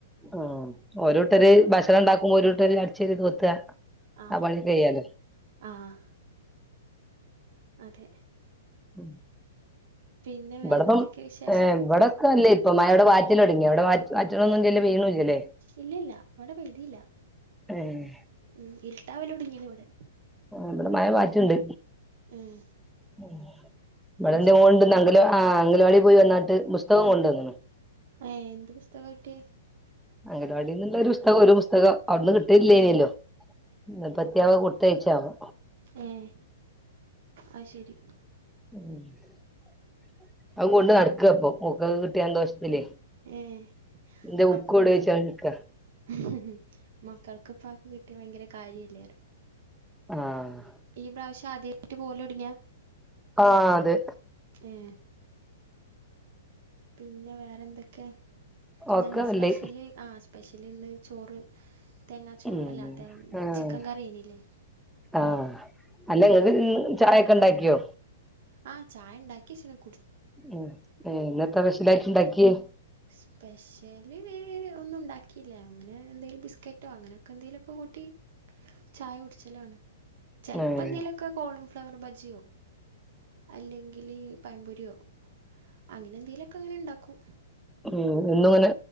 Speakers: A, in the centre; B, on the right.
A: ആഹ് ഓരുട്ടര് ഭക്ഷണം ഇണ്ടാക് ഓരുട്ടര് അടിച്ചത് ത് കൊത്തുക.
B: ആഹ്
A: ആ പണി കയ്യല്ലേ?
B: ആഹ് അതെ.
A: ഉം.
B: പിന്നെ
A: ഇവിടിപ്പം
B: വേറെന്തൊക്കെയാ വിശേഷൊക്കെ
A: ഏഹ് ഇവിടൊക്കെ അല്ലേ. ഇപ്പം മഴവിടെ പാറ്റലൊടങ്ങി അവിടെ പാറ്റ് പാറ്റലൊന്നുല്ലല്ലോ വീണൂ ഇല്ലല്ലേ.
B: ഇല്ല ഇല്ല ഇവിടെ പെയ്തീല്ല
A: ഏഹ്
B: ഉം ഇർ രാവിലെ ഒടുങ്ങീന് ഇവിടെ.
A: ഇവിടെ മഴ പാറ്റുണ്ട്.
B: ഉം
A: <unintelligible>
B: അത് ശരി
A: ആഹ് അംഗനവാടി പോയി വന്നാട്ട് ബുസ്തകം കൊണ്ടു വന്ന്ണ്.
B: ഏഹ് എന്ത് പുസ്തകാ കിട്ടിയെ?
A: അംഗനവാടിന്നുള്ള ഒരു പുസ്തകം ഒരു പുസ്തകം അവിടുന്ന് കിട്ടനില്ലേനിയല്ലോ <unintelligible> തേച്ചാവോ.
B: ഏഹ് അയ് ശെരി.
A: <unintelligible> ഔവുംകൊണ്ട് നടക്ക ഇപ്പോ ഓക്കതുകിട്ടിയ സന്തോഷത്തിലേ.
B: ഏയ്
A: എന്റെ ബുക്ക്
B: അപ്പൊ
A: എവിടെ
B: മക്ക
A: ചോയിച്ചാണ്ട് നിക്കാ
B: <unintelligible> കിട്ടിയാ ഭയങ്കര കാര്യല്ലായിരുന്നു
A: ആഹ്
B: ഈ പ്രാവശ്യം ആദ്യയിട്ട് പോവല് തൊടങ്ങിയോ
A: ആ അതെ
B: മ് പിന്നെ വേറെ എന്തൊക്കെയാ ഇന്ന്
A: ഒക്കെ
B: എന്താ
A: നല്ലേ
B: സ്പെഷല് ആ സ്പെഷ്യല് ഇന്ന് ചോറ് തേങ്ങാച്ചോറ്
A: ഉം
B: അല്ല തേ
A: ആഹ്
B: ചിക്കൻ കറിയേനില്ലേ
A: ആ ഹ്
B: ഉം
A: അല്ല നിങ്ങക്ക് ചായൊക്കെ ഒണ്ടാക്കിയോ
B: ആ ചായ ഇണ്ടാക്കി <unintelligible>
A: ഉം ഇന്നത്തെ സ്പെഷ്യല് ഉണ്ടാക്യാ
B: സ്പെഷ്യല് ഇവിടൊന്നുണ്ടാകീല ഇൻന്ന ന്തേലും ബിസ്ക്കെറ്റൊ അങ്ങനെക്കൊണ്തെലൊക്കെകൂട്ടി ചായ കുടിച്ചേലോ ചെൽപോ
A: ഏഹ്
B: എന്തെലൊക്കേ കോള് ഫ്ലവർ ബജ്ജിയോ അല്ലെങ്കില് പൈപൊരിയോ അങ്ങനെ എന്തെലൊക്കേ ങ്ങനെ ഉണ്ടാകും
A: ഓ ഇന്നുന്നു